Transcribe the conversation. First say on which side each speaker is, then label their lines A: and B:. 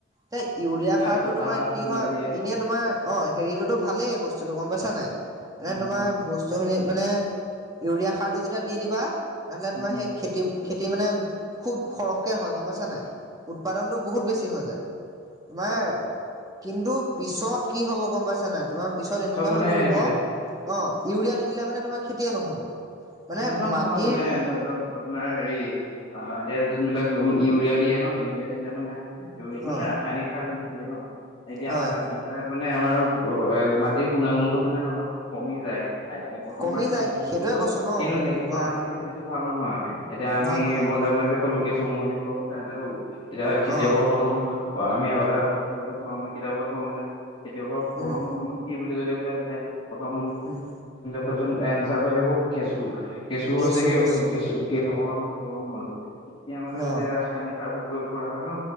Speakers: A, on the right; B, on the left.
A: তে ইউৰিয়া সাৰতো
B: পটাচ
A: তোমাৰ- কি
B: এইবিলাক
A: হয়
B: দিয়ে
A: এনে তোমাৰ অ হেৰিতটোতো ভালেই বস্তুতটো গম পাইছা নাই এনে
B: উম
A: তোমাৰ
B: উম
A: বস্তু- স্তুখিনি মানে ইউৰিয়া সাৰটো যেতিয়া দি দিবা তেনহ'লে
B: উম
A: তোমাৰ সেই খেতি- খেতি মানে খুব সৰহকে হয় গম পাইছা নে নাই উৎপাদনটো বহুত বেছি হৈ যায়। তোমাৰ
B: হয় হয়
A: কিন্তু পিছত কি হব গম পাইছা নাই তোমাৰ পিছত এনেকুৱা
B: মানে
A: হৈ পৰিব।
B: এইটোৱে
A: অ ইউৰিয়া নিদিলে মানে তোমাৰ খেতিয়ে নহব। মানে
B: তেনেকুৱা নহয়
A: মাটিৰ
B: মানে ধৰি লওক আপোনাৰ হেৰি অ এতিয়া যোনবিলাক- ইউৰিয়া দিয়ে ন ইউৰিয়া দিলে মানে ইউৰিয়া মানে
A: অ
B: ৰাসায়নিক সাৰ যোনটো দিয়ে ন। এতিয়া
A: হয়
B: আমাৰ- তাত মানে আমাৰ মাটিৰ গুণাগুণটো মানে অলপ কমি যায়। প্ৰথমবাৰ
A: কমি
B: খেতি
A: যায়
B: ভাল হ'ব
A: সেইটোৱে
B: কিন্তু
A: কৈছো ন।
B: কিন্তু নেক্সট বাৰ
A: অ
B: মানে খেতিতটো ভাল নহয় এতিয়া আমি
A: ভাল নহয়
B: মই যে মই যে- কলো কেঁচু উমতি বোৰৰ কথা যে ক'লো এতিয়া খেতিয়কৰ
A: অ
B: প্ৰথম- আমি আগতে সৰুতে পঢ়া শুনা কিতাপত পঢ়া মতে খেতিয়কৰ পৰম
A: উম
B: বন্ধু। কি বুলি যদি সুধে তেতিয়া প্ৰথম
A: উম
B: কুৱন এনচাৰটো আহিব কেচু। কেঁচু
A: কেছো
B: হৈছে কি
A: কেছো
B: কেঁচু কৃষকৰ মানে পৰম বন্ধু। তেতিয়া মানে যেতিয়া
A: অ
B: ৰাসায়নিক সাৰ বোৰ প্ৰয়োগ কৰা হয় ন